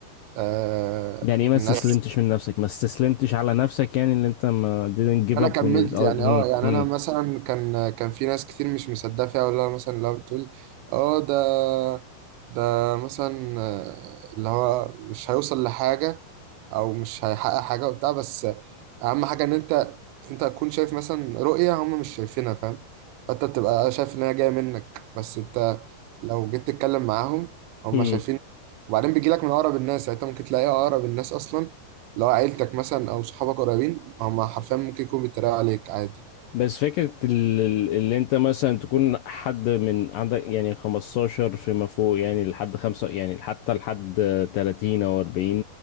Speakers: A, on the right; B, on the left.
A: آه
B: <laughs> يعني ايه ما
A: الناس
B: استسلمتش
A: <laughs>
B: من نفسك ما استسلمتش على نفسك يعني اللي انت ما didn't give
A: انا
B: up
A: كملت
B: on your اه،
A: يعني
B: هم،
A: اه يعني
B: هم،
A: انا مثلا كان كان في ناس كتير مش مصدقه فيها ولا مثلا لو بتقول اه ده ده مثلا آه، اللي هو مش هيوصل لحاجه او مش هيحقق حاجه وبتاع بس اهم حاجه ان انت انت تكون شايف مثلا رؤيه هم مش شايفينها فاهم فانت بتبقى شايف ان هي جايه منك بس انت لو جيت تتكلم معاهم هم
B: هم.
A: شايفين وبعدين بيجي لك من اقرب الناس يعني انت ممكن تلاقي اقرب الناس اصلا لو عيلتك مثلا او صحابك قريبين هم حرفيا ممكن يكونوا بيتريقوا عليك عادي
B: بس فكرة ال- ال- اللي انت مثلا تكون حد من عندك يعني 15 فيما فوق يعني لحد خمسة يعني حتى لحد 30 او 40